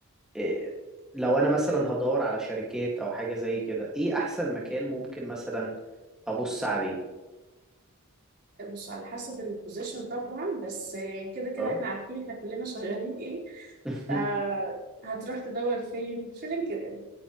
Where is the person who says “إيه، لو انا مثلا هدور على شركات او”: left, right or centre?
Centre